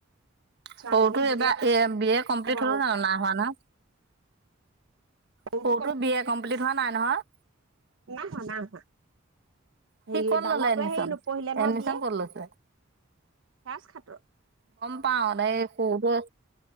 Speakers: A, on the right; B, on the right.
A: ছোৱালীজনী
B: সৰুতো
A: দিলে
B: এবাৰ এয়ে বি এ কমপ্লিট
A: বাৰু
B: হ'ল জানো না হোৱা ন?
A: সৰুটো
B: সৰুতো বি এ কমপ্লিট হোৱা নাই নহয়।
A: নাইহোৱা - নাইহোৱা
B: সি
A: হেৰি
B: ক'ত
A: ডাঙৰটোৱে
B: ল'লে এডমিশন
A: হেৰি নপঢ়িলে নহয়
B: এডমিশন
A: বিএ
B: ক'ত লৈছে
A: সেজ খাতৰ।
B: পাৱানাই <unintelligible>